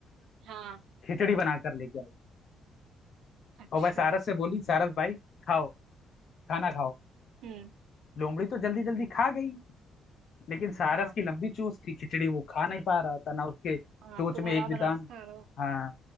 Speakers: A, on the right; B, on the left.
A: हाँ
B: खिचड़ी बनाकर लेके आई
A: अच्छा
B: और वह सारस से बोली सारस भाई खाओ खाना खाओ
A: हम्म
B: लोमड़ी तो जल्दी जल्दी खा गई लेकिन सारस
A: हाँ
B: की लंबी चोंच थी खिचड़ी वो खा नहीं पा रहा था ना उसके चोंच
A: हाँ तो
B: में
A: आराम
B: एक भी
A: आराम
B: दाना
A: से करो
B: हाँ